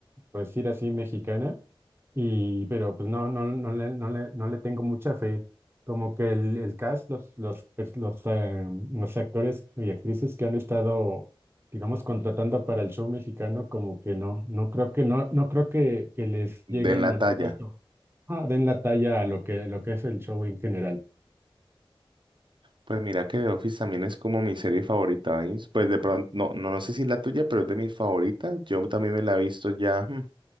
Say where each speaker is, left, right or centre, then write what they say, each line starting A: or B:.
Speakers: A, on the right; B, on the right.
A: por decir así, mexicana, y pero pues no, no, no le, no le, no le tengo mucha fe. Como que el, el cast, los, los, pers- los, eh, los actores y actrices que han estado, digamos, contratando para el show mexicano, como que no, no creo que no, no creo que, que les lleguen
B: Den la
A: al
B: talla.
A: puesto, ah, den la talla a lo que, lo que es el show en general.
B: Pues mira que The Office también es como mi serie favorita, ¿veis? Pues de pronto, no, no, no sé si es la tuya, pero es de mis favoritas. Yo también me la he visto ya, mm,